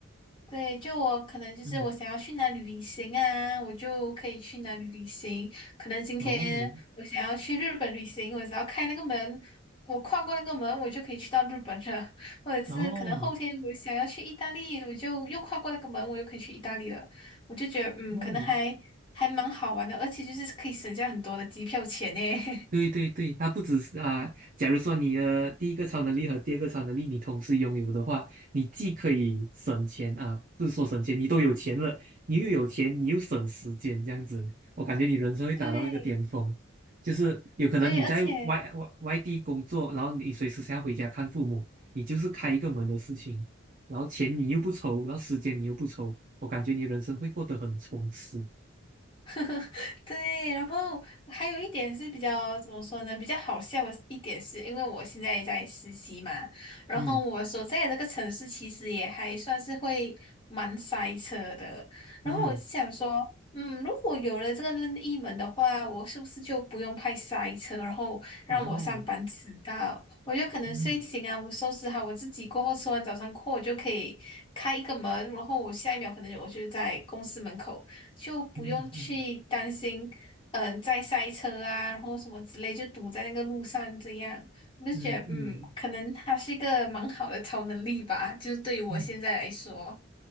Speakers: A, on the left (about 25°); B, on the right (about 45°).
A: 对，就我可能就是我想要去哪里旅行啊，
B: 嗯，
A: 我就可以去哪里旅行。可能今天我想要去日本旅行，
B: 哦，
A: 我只要开那个门，我跨过那个门，我就可以去到日本了。<laughs> 或者是可能后天我想要去意大利，
B: 哦，
A: 我就又跨过那个门，我又可以去意大利了。我就觉得，嗯，
B: 哦，
A: 可能还还蛮好玩的，而且就是可以省下很多的机票钱呢。<laughs>
B: 对对对，它不只是啊、假如说你的第一个超能力和第二个超能力你同时拥有的话，你既可以省钱啊，不是说省钱，你都有钱了，你又有钱，你又省时间，这样子，我感觉你人生会达到一个巅峰。
A: 对
B: 就是有可能你在外外外地工作，
A: 对，而且
B: 然后你随时想要回家看父母，你就是开一个门的事情，然后钱你又不愁，然后时间你又不愁，我感觉你人生会过得很充实。
A: <laughs> 对，然后还有一点是比较怎么说呢？比较好笑的一点是，因为我现在在实习嘛，然后我所在的这个城市其实也还算是会蛮塞车的。
B: 嗯
A: 然后我就想说，
B: 嗯，
A: 嗯，如果有了这个任意门的话，我是不是就不用怕塞车，然后让我上班迟到？
B: 然后
A: 我就可能睡醒啊，
B: 嗯
A: 我收拾好我自己过后，吃完早餐过后，我就可以开一个门，然后我下一秒可能我就在公司门口。就不用去担心，
B: 嗯嗯。
A: 嗯、在塞车啊，然后什么之类，就堵在那个路上这样，我就觉得，
B: 嗯嗯
A: 嗯，可能它是一个蛮好的超能力吧，就是对于我现在来说，
B: 嗯，